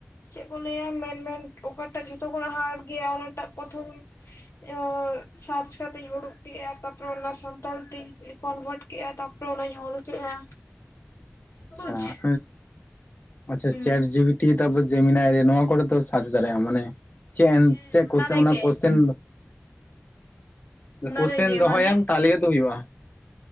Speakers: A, on the left (about 75°); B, on the left (about 40°).
A: ᱪᱮᱫ ᱠᱚ ᱞᱟᱹᱭᱟ ᱢᱮᱱᱢᱮᱱ ᱚᱠᱟᱴᱟᱜ ᱡᱷᱚᱛᱚ ᱠᱷᱚᱱᱟᱜ ᱦᱟᱨᱴ ᱜᱮᱭᱟ ᱚᱱᱟᱴᱟᱜ ᱯᱨᱚᱛᱷᱚᱢ ᱟ ᱪᱟᱨᱡ ᱠᱟᱛᱮ ᱩᱰᱩᱠ ᱠᱮᱫᱟ ᱛᱟᱯᱚᱨᱮ ᱚᱱᱟ <inaudible> ᱥᱟᱱᱛᱟᱲ ᱛᱮᱧ ᱠᱚᱱᱵᱷᱟᱴ ᱠᱮᱜᱼᱟ ᱛᱟᱯᱚᱨᱮ ᱚᱱᱟᱧ ᱚᱞ ᱠᱮᱜᱼᱟ
B: ᱟᱪᱪᱷᱟ,
A: ᱵᱩᱡᱽ
B: ᱟᱪᱪᱷᱟ
A: ᱦᱩᱸ
B: ᱪᱮᱴ ᱡᱤᱯᱤᱴᱤ ᱛᱟ ᱯᱚ ᱡᱮᱢᱤᱱᱟᱭ ᱨᱮ ᱱᱚᱣᱟ ᱠᱚᱨᱮ ᱛᱚ ᱥᱟᱨᱪ ᱫᱟᱲᱮᱭᱟᱜᱼᱟ ᱢᱟᱱᱮ ᱪᱮᱫ
A: ᱦᱮᱸ
B: ᱪᱮᱫ ᱠᱚᱥᱪᱮᱱ
A: ᱨᱮᱜᱮ
B: ᱚᱱᱟ ᱠᱚᱥᱪᱮᱱ
A: ᱚᱱᱟ
B: ᱠᱳᱥᱪᱟᱵ
A: ᱨᱮᱜᱮ
B: ᱫᱚᱦᱚᱭᱟᱢ
A: ᱢᱟᱱᱮ
B: ᱛᱟᱦᱚᱞᱮ ᱜᱮ ᱛᱚ ᱦᱩᱭᱩᱜᱼᱟ